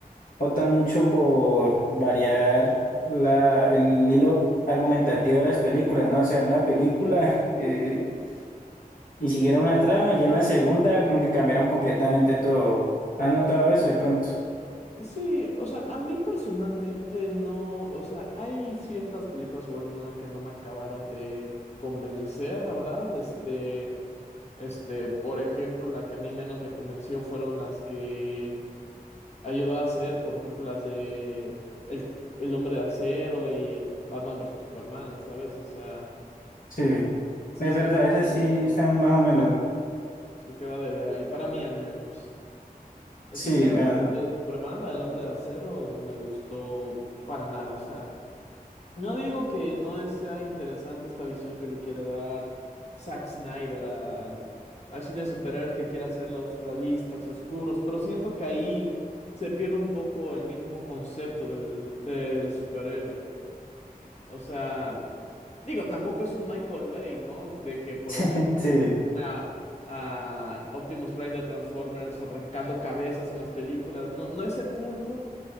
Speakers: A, on the left; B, on the left.
A: optan mucho por variar la, el hilo argumentativo de las películas, ¿no? O sea, en una película <laughs> eh, y siguieron una trama y ya en la segunda como que cambiaron completamente todo. ¿Has notado eso de pronto?
B: Sí, o sea, a mí personalmente no, o sea, hay ciertas películas igual de Nolan que no me acabaron de convencer, la verdad, este... Este, por ejemplo, la que a mí menos me convenció fueron las que ayudó a hacer, por ejemplo, las de El, El Hombre de Acero y Batman versus Superman, ¿sabes? O sea,
A: Sí,
B: sí
A: es
B: siento
A: verdad,
B: que
A: esas
B: ahí
A: sí
B: quedó,
A: están más o menos.
B: quedó de ver. Sí queda de ver ahí, para mí al menos. Especialmente
A: Sí, bueno,
B: Superman, la del Hombre de Acero, no me gustó para nada, o sea. No digo que no sea interesante esta visión que le quiere dar Zack Snyder al, al cine de superhéroes que quiere hacerlos realistas y oscuros, pero siento que ahí se pierde un poco el mismo concepto del, del superhéroe. O sea, digo, tampoco es un Michael Bay, ¿no? De que, por
A: <laughs>
B: ejemplo,
A: sí.
B: una, a Optimus Prime de Transformers arrancando cabezas en las películas. No, no ese punto,